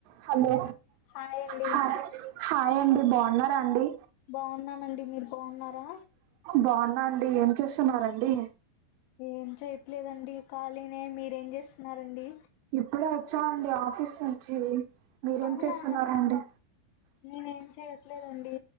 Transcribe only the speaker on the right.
హలో
హాయ్ అండి హాయ్ అండి బావున్నారా అండి
బాన్నా అండి ఏం చేస్తున్నారండి
ఇప్పుడే వొచ్చాండి ఆఫీస్ నుంచి మీరేం
చేస్తున్నరండి